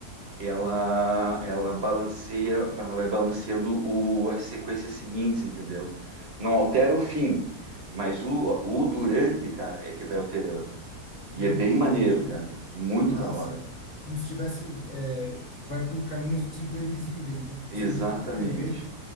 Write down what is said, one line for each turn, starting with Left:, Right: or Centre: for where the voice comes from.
Right: ela ela balanceia, ela vai balanceando o, as sequências seguintes, entendeu? Não altera o fim, mas o, o durante, cara, é que vai alterando. E
Left: Sim,
Right: é bem
Left: entendi.
Right: maneiro, cara. Muito
Left: Que massa.
Right: da hora.
Left: Como se tivesse, é, vai por caminhos imprevisíveis, né? Porque
Right: Exatamente.
Left: você não tem como prever